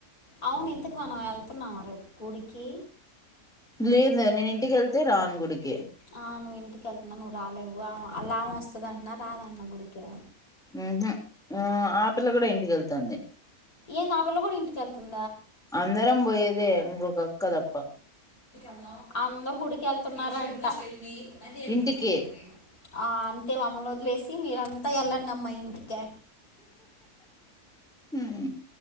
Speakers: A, on the left (about 75°); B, in the centre.
A: అవును ఇంతకు మనం వెళ్తున్నామ రేపు గుడికి
B: లేదు నేను ఇంటికిెళ్తే రాను గుడికి
A: ఆ నువ్వు ఇంటికి వెళ్తున్నా నువ్వు రాలేవు ఆల్ అళ్ళమే వస్తుందంటన్నా రాదంటన గుడికే
B: మ్ హు ఆపిల్ల కూడా ఇంటికెళ్తాంది
A: ఏందా పిల్ల కూడా ఇంటికిళ్తుం
B: అందరం పోయేదే ఇంకొక అక్క తప్ప
A: ందా అందరు గుడికేళ్తున్నారంట ఏంది
B: ఇంటికి
A: ఆ మమ్మల్ని వదిలేసి మీరంతా వెళ్ళండమ్మా ఇంటికే
B: హు